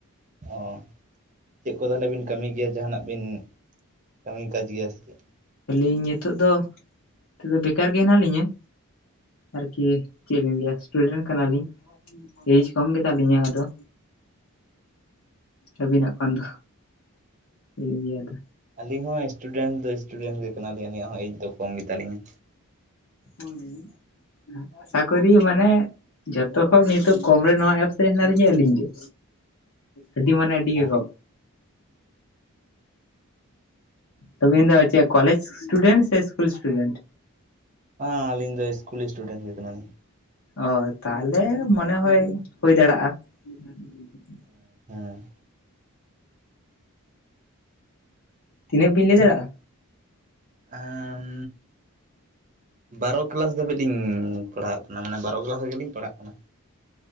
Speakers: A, on the right; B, on the left.
A: ᱚ, ᱪᱮᱫ ᱠᱚ ᱛᱟᱦᱞᱮ ᱵᱤᱱ ᱠᱟᱹᱢᱤ ᱜᱮᱭᱟ? ᱡᱟᱦᱟᱱᱟᱜ ᱵᱤᱱ ᱠᱟᱹᱢᱤ ᱠᱟᱡᱽ ᱜᱮᱭᱟ ᱥᱮ ᱪᱮᱫ?
B: ᱟᱹᱞᱤᱧ ᱱᱤᱛᱚᱜ ᱫᱚ ᱛᱚᱵᱮ ᱵᱮᱠᱟᱨ ᱜᱮ ᱦᱮᱱᱟᱜ ᱞᱤᱧᱟᱹ᱾ ᱟᱨᱠᱤ ᱪᱮᱫᱞᱤᱧ ᱞᱟᱹᱭᱟ, ᱥᱴᱩᱰᱮᱱᱴ ᱠᱟᱱᱟᱞᱤᱧ᱾ ᱮᱡᱽ ᱠᱚᱢ ᱜᱮᱛᱟᱞᱤᱧᱟᱹ ᱟᱫᱚ ᱟᱹᱵᱤᱱᱟᱜ ᱠᱷᱚᱱ ᱫᱚ, ᱪᱮᱫᱞᱤᱧ ᱞᱟᱹᱭᱟ ᱟᱫᱚ?
A: ᱟᱹᱞᱤᱧ ᱦᱚᱸ ᱥᱴᱩᱰᱮᱱᱴ ᱫᱚ, ᱥᱴᱩᱰᱮᱱᱴ ᱜᱮ ᱠᱟᱱᱟᱞᱤᱧ᱾ ᱟᱹᱞᱤᱧᱟᱜ ᱦᱚᱸ ᱮᱡᱽ ᱫᱚ ᱠᱚᱢ ᱜᱮᱛᱟᱞᱤᱧᱟᱹ᱾
B: ᱦᱳᱭ᱾ ᱟᱥᱟ ᱠᱚᱨᱤ ᱢᱟᱱᱮ ᱡᱷᱚᱛᱚ ᱠᱷᱚᱱ ᱱᱤᱛᱚᱜ ᱠᱚᱢ ᱨᱮ ᱱᱚᱣᱟ ᱮᱯᱥ ᱨᱮ ᱦᱮᱱᱟᱜ ᱞᱤᱧᱟᱹ ᱟᱹᱞᱤᱧ ᱜᱮ, ᱟᱹᱰᱤ ᱢᱟᱱᱮ ᱟᱹᱰᱤ
A: ᱚ
B: ᱜᱮ ᱠᱚᱢ᱾ ᱟᱹᱵᱤᱱ ᱫᱚ ᱪᱮᱫ ᱠᱚᱞᱮᱡᱽ ᱥᱴᱩᱰᱮᱱᱴ ᱥᱮ ᱥᱠᱩᱞ ᱥᱴᱩᱰᱮᱱᱴ?
A: ᱦᱮᱸ ᱟᱹᱞᱤᱧ ᱫᱚ ᱤᱥᱠᱩᱞ ᱥᱴᱩᱰᱮᱱᱴ ᱜᱮ ᱠᱟᱱᱟᱞᱤᱧ᱾
B: ᱚ, ᱛᱟᱦᱞᱮ ᱢᱚᱱᱮ ᱦᱚᱭ ᱦᱩᱭ ᱫᱟᱲᱮᱜ-ᱟ᱾ <unintelligible>
A: ᱦᱩᱸ, ᱦᱩᱸ᱾
B: ᱪᱤᱱᱦᱟᱹᱯ ᱵᱤᱱ ᱞᱟᱹᱭ ᱫᱟᱲᱮᱜ-ᱟ?
A: ᱮᱸᱻ ᱵᱟᱨᱚ ᱠᱮᱞᱟᱥ ᱫᱷᱟᱹᱵᱤᱡ ᱞᱤᱧ ᱯᱟᱲᱦᱟᱜ ᱠᱟᱱᱟ, ᱢᱟᱱᱮ ᱵᱟᱨᱚ ᱠᱞᱟᱥ ᱨᱮᱜᱮᱞᱞᱤᱧ ᱯᱟᱲᱦᱟᱜ ᱠᱟᱱᱟ᱾